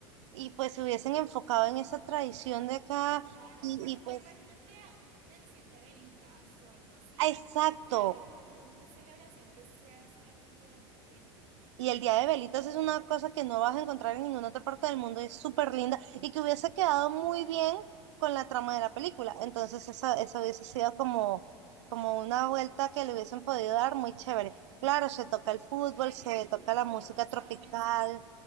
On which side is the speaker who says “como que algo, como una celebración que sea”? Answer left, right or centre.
Right